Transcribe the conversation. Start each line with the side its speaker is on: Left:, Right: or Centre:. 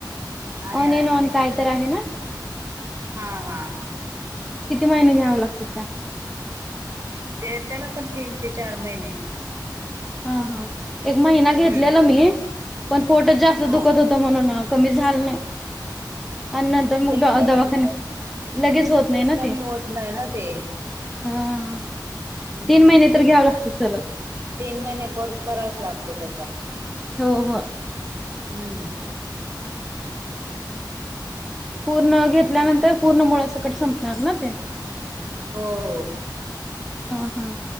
Right: आहे
Centre: ऑन अन ऑन काय तर आहे ना.
Right: हां हां.
Centre: किती महिने घ्यावं लागत काय?
Right: ते त्याला पण तीन ते चार महिने.
Centre: हा हा, एक महिना घेतलेला
Right: हम्म
Centre: मी पण पोटात जास्त
Right: हा
Centre: दुखत होत म्हणून कमी झालं नाही. आणि नंतर मग
Right: ते लगेच
Centre: दवाखाने, लगेच होत नाही ना
Right: कमी
Centre: ते.
Right: होत नाही ना ते
Centre: हा,
Right: हम्म
Centre: तीन महिने तर घ्यावं लागतं सरळ.
Right: तीन महिने कोर्स करावाच लागतो त्याचा.
Centre: हो हो.
Right: हम्म हम्.
Centre: पूर्ण घेतल्यानंतर पूर्ण मुळा सकट संपणार ना ते.
Right: हो हो.
Centre: हा हा‌.